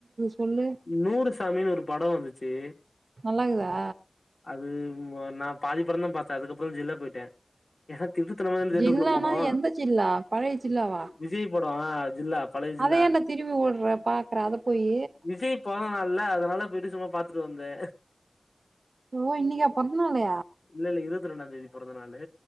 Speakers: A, on the right; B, on the left.
A: சொல்லு
B: நூறு சாமின் ஒரு படோ வந்துச்சி
A: நல்லாக்குதா
B: அது ஒ நா பாதி படந்தா பாத்தே அதுக்கப்றோ ஜில்லா போய்ட்டே ஏனா திருட்டுத்தனமாதா அந்த தேட்ருக்குள்ள
A: ஜில்லானா
B: போனோ
A: எந்த ஜில்லா பழைய ஜில்லாவா
B: விஜய் படோ அ ஜில்லா பழைய
A: அத
B: ஜில்லா
A: ஏன்டா திரும்பி ஓட்ற பாக்கற அத போயி
B: விஜய் பொறந்த நாள்ல்ல அதனால போய்ட்டு சும்மா பாத்துட்டு வந்தே
A: ஓ இன்னிக்கா பொறந்த நாளு
B: இல்லல்ல இருவத்ரெண்டா தேதி பொறந்த நாளு